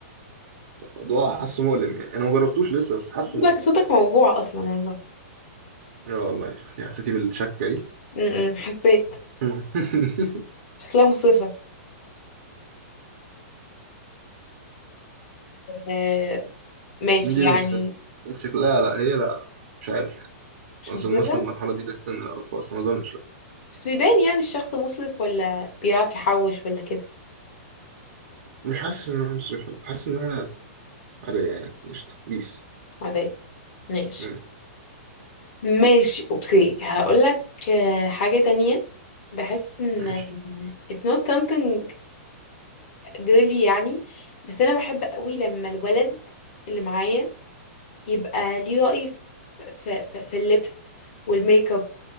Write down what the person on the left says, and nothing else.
صوتك
صوتك موجوع اصلا والله
م- م، حسيت
شكلها مصرفة آه ماشي
يعني
مش
مصرفة
بس بيبان يعني الشخص مصرف ولا بيعرف يحوش ولا كده
عادي ماشي
ماشي اوكي هقول لك آه، حاجة تانية بحس ان
it's not something girly يعني بس انا بحب قوي لما الولد اللي معايا يبقى ليه رأي في في, في, في اللبس والميك اب